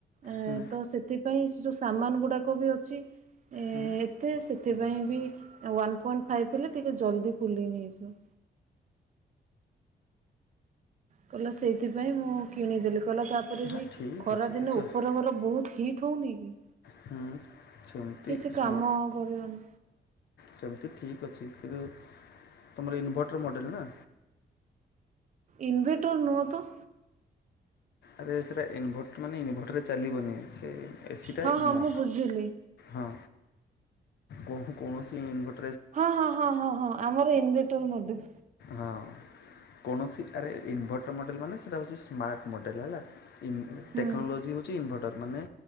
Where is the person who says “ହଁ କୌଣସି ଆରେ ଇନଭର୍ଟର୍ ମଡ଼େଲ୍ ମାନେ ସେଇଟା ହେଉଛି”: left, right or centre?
Left